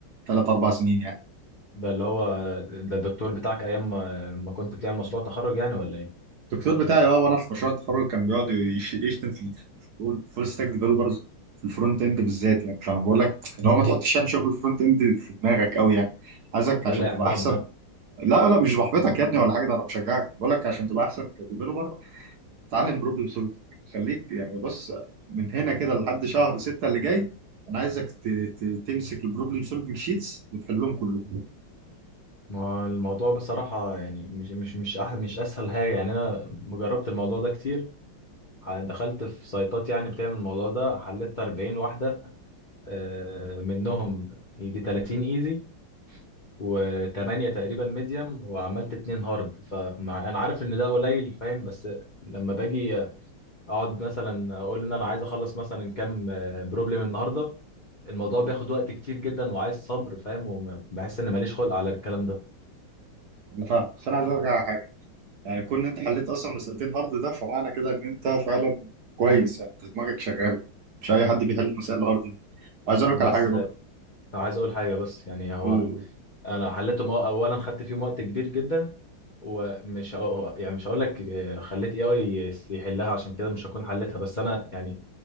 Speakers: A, on the right; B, on the left.
A: ثلاث اربع سنين يعني
B: ده اللي هو ده الدكتور بتاعك ايام ما ما كنت بتعمل مشروع تخرج يعني ولا ايه
A: الدكتور بتاعي اه وانا في مشروع التخرج كان بيقعد يش- يشتم في الفول ستاك ديفلوبرز في الفرونت اند بالذات يعني فانا بقول لك اللي هو ما تحطش يعني شغل الفرونت اند في دماغك قوي يعني عايزك
B: ده
A: عشان
B: الاحباط
A: تبقى احسن
B: ده
A: لا لا مش بحبطك يا ابني ولا حاجه ده انا بشجعك بقول لك عشان تبقى احسن كديفلوبر اتعلم بروبلم سولفنج خليك يعني بص من هنا كده لحد شهر 6 اللي جاي انا عايزك ت- ت- تمسك البروبلم سولفنج شيتس وتحلهم كلهم
B: ما هو الموضوع بصراحة يعني مش مش مش أح مش اسهل حاجة يعني انا جربت الموضوع ده كتير ح- دخلت في سايتات يعني بتعمل الموضوع ده حللت 40 واحدة آه، منهم يجي 30 ايزي و8 تقريبا ميديوم وعملت اتنين هارد فمع انا عارف ان ده قليل فاهم بس لما باجي اقعد مثلا اقول ان انا عايز اخلص مثلا كام بروبلم النهارده الموضوع بياخد وقت كتير جدا وعايز صبر فاهم وبحس ان ماليش خلق على الكلام ده
A: انا فاهم بس انا عايز ارجع يعني كون إن انت حليت اصلا من مسألتين هارد ده فمعنى كده ان انت فعلا كويس يعني انت دماغك شغال مش اي حد بيحل مسائل الهارد دي عايز اقول
B: بس
A: لك على حاجه برضه
B: آه، عايز اقول حاجه بس يعني هو
A: قول قول.
B: انا حليتهم أو- اولا خدت فيهم وقت كبير جدا ومش هق- يعني مش هقول لك آه، خليت اي اي يحلها عشان كده مش هكون حلتها بس انا يعني